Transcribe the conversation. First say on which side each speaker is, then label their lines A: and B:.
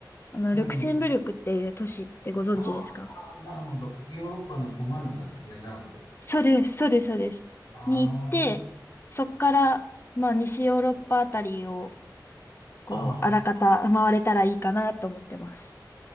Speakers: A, on the left (about 35°); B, on the left (about 75°).
A: あの、
B: うん。
A: ルクセンブルクっていう都市ってご存知ですか
B: ああ、なるほど。ヨーロッパのど真ん中ですね。なるほど。
A: そうです、そうです、そうです。
B: あ
A: に行って、そっから、まあ、西ヨーロッパあたりをこう、
B: あ。
A: あらかた回れたらいいかなと思ってます。